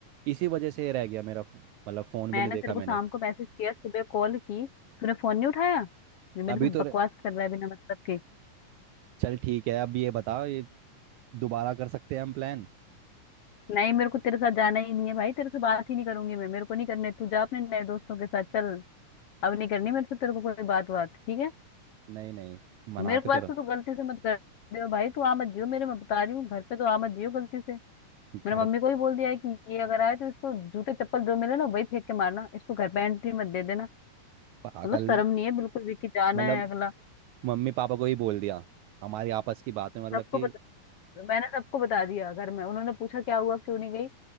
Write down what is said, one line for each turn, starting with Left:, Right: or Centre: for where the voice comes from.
Right: इसी वजह से ये रह गया मेरा फो- मतलब फोन
Left: मैंने
Right: भी नहीं देखा
Left: तेरे को
Right: मैंने
Left: शाम को मैसेज किया सुबह कॉल की तूने फोन नहीं उठाया जो मेरे
Right: अभी
Left: से
Right: तो
Left: बकवास
Right: रे-
Left: कर रहा है बिना मतलब के
Right: चल ठीक है अब ये बता ये दोबारा कर सकते हैं हम प्लान
Left: नहीं मेरे को तेरे साथ जाना ही नहीं है भाई तेरे से बात ही नहीं करूंगी मैं मेरे को नहीं करने तू जा अपने नए दोस्तों के साथ चल अब नहीं करनी मेरे से तेरे को कोई बात बात ठीक है
Right: नहीं नहीं मना
Left: मेरे
Right: के
Left: पास
Right: तो रहो।
Left: तो तू गलती से मत कर दे भाई तू आ मत जियो मेरे मैं बता रही हूँ घर पे तो आ मत जियो गलती से मेरे
Right: घर
Left: मम्मी को भी बोल दिया है कि ये अगर आए तो इसको जूते चप्पल जो मिले ना वही फेंक के मारना इसको घर पे एंट्री मत दे देना
Right: पागल
Left: मतलब शर्म नहीं है बिल्कुल भी कि जाना
Right: मतलब
Left: है अगला
Right: मम्मी पापा को ही बोल दिया हमारी आपस की बात है मतलब
Left: सबको
Right: कि
Left: मैंने सबको बता दिया घर में उन्होंने पूछा क्या हुआ क्यों नहीं गई